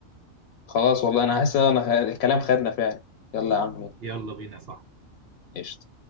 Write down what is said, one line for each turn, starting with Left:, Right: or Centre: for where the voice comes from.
Left: خلاص والله انا حاسس ان أنا- الكلام خدنا فعلا يلا يا عم يلا
Right: يلا بينا يا صاحبي
Left: قشطة